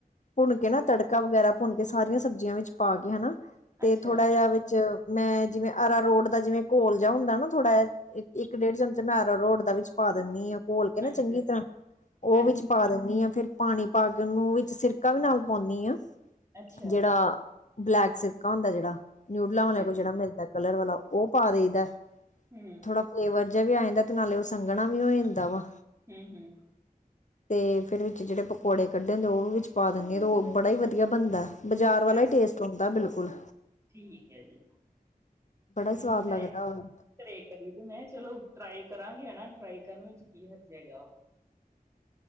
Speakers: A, on the left; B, on the right.
A: ਭੁੰਨ ਕੇ ਨਾ ਤੜਕਾ ਵਗੈਰਾ ਭੁੰਨ ਕੇ ਸਾਰੀਆਂ ਸਬਜ਼ੀਆਂ ਵਿੱਚ ਪਾ ਕੇ ਹਨਾ ਤੇ
B: ਅੱਛਾ
A: ਥੋੜਾ ਜਿਹਾ ਵਿੱਚ ਮੈਂ ਜਿਵੇਂ ਅਰਾਰੋਡ ਦਾ ਜਿਵੇਂ ਘੋਲ ਜਿਹਾ ਹੁੰਦਾ ਨਾ ਥੋੜਾ ਜਿਹਾ ਇੱਕ ਇੱਕ ਡੇਢ ਚਮਚਾ ਮੈਂ ਅਰਾਰੋਟ ਦਾ ਵਿੱਚ ਪਾ ਦਿੰਦੀ ਹਾਂ ਘੋਲ ਕੇ ਨਾ
B: ਅੱਛਾ
A: ਚੰਗੀ ਤਰ੍ਹਾਂ ਉਹ
B: ਹਾਂਜੀ
A: ਵਿੱਚ ਪਾ ਦਿੰਦੀ ਹਾਂ ਫੇਿਰ ਪਾਣੀ ਪਾ ਕੇ ਓਨੂੰ ਵਿੱਚ ਸਿਰਕਾ ਵੀ ਨਾਲ ਪਾਉਂਦੀ ਹਾਂ
B: ਅੱਛਾ
A: ਜਿਹੜਾ ਬਲੈਕ ਸਿਰਕਾ ਹੁੰਦਾ ਜਿਹੜਾ ਨਿਊਡਲਾਂ
B: ਅੱਛਾ
A: ਵਾਲਿਆਂ ਕੋਲ
B: ਜੀ
A: ਜਿਹੜਾ ਮਿਲਦਾ ਕਲਰ ਵਾਲਾ ਉਹ ਪਾ ਦੇਈਦਾ
B: ਹੰਮ
A: ਥੋੜਾ ਫਲੇਵਰ ਜਿਹਾ ਵੀ ਆ ਜਾਂਦਾ ਤੇ ਨਾਲੇ ਉਹ ਸੰਘਣਾ ਵੀ ਹੋ ਜਾਂਦਾ ਵਾ
B: ਹੰਮ ਹੰਮ
A: ਤੇ ਫੇਰ ਵਿੱਚ ਜਿਹੜੇ ਪਕੌੜੇ ਕੱਢੇ ਹੁੰਦੇ ਉਹ ਵੀ ਵਿੱਚ ਪਾ ਦਿੰਦੀ ਹਾਂ ਰੋ ਬੜਾ ਹੀ ਵਧੀਆ ਬਣਦਾ ਬਜ਼ਾਰ ਵਾਲਾ
B: ਅੱਛਾ
A: ਹੀ ਟੇਸਟ ਆਉਂਦਾ ਬਿਲਕੁਲ
B: ਠੀਕ ਹੈ ਜੀ
A: ਬੜਾ
B: ਉਹ
A: ਹੀ ਸਵਾਦ
B: ਬਣਾਇਆ
A: ਲੱਗਦਾ ਉਹ
B: ਤੇ ਕਰੀ ਮੈਂ ਚਲੋ ਟਰਾਈ ਕਰਾਂਗੇ ਹਨਾ ਟਰਾਈ ਕਰਨ ਵਿੱਚ ਕੀ ਹਰਜ ਹੈਗਾ ਵਾ